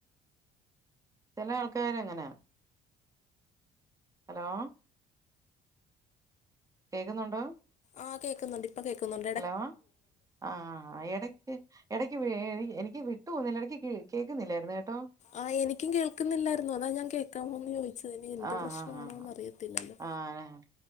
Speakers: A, on the right; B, on the left.
A: ചില ആൾക്കാരങ്ങെനെ ന, ഹലോ കേൾക്കുന്നുണ്ടോ?
B: ആഹ് കേക്കുന്നുണ്ട് കേൾക്കുന്നുണ്ട്.
A: ഹലോ ആഹ്, എടക്ക് എടയ്ക്ക് എനിക്ക് വിട്ടു പോന്നുന്നില്ല, എടക്ക് കേൾക്കുന്നില്ലായിരുന്നു കേട്ടോ
B: ആഹ് എനിക്കും കേൾക്കുന്നില്ലായിരുന്നു, അതാ ഞാൻ കേൾക്കാമോ എന്ന് ചോദിച്ചത്, ഇനി എന്റെ
A: ആഹ്
B: പ്രശ്നാണോന്ന്
A: ആഹ്
B: അറിയത്തില്ലല്ലോ.
A: ആഹ്